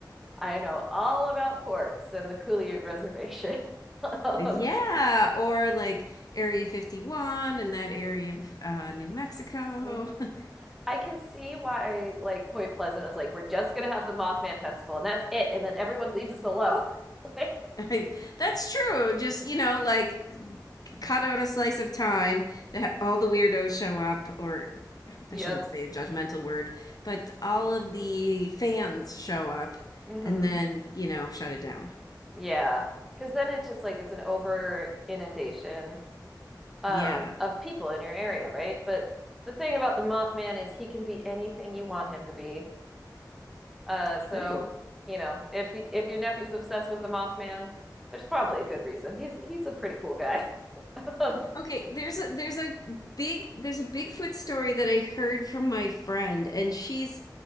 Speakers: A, in the centre; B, on the left.
A: I know all about forks and the Couliute Reservation. <laughs> Um,
B: Yeah, or like Area 51 and that area of uh, New Mexico.
A: mhm.
B: <laughs>
A: I can see why, like, Point Pleasant was like, we're just gonna have the Mothman Festival and that's it. And then everyone leaves us alone. <laughs> Like,
B: I- That's true. Just, you know, like c- cut out a slice of time that all the weirdos show up or
A: yep.
B: I shouldn't say a judgmental word, but all of the fans show up
A: hmm
B: and then, you know, shut it down.
A: Yeah. Because then it's just like it's an over inundation um,
B: Yeah,
A: of people in your area, right? But the thing about the Mothman is he can be anything you want him to be. Uh, so,
B: true.
A: you know, if if your nephew's obsessed with the Mothman, there's probably a good reason. He's he's a pretty cool guy. <laughs>
B: Okay, there's a there's a big there's a Bigfoot story that I heard from my friend and she's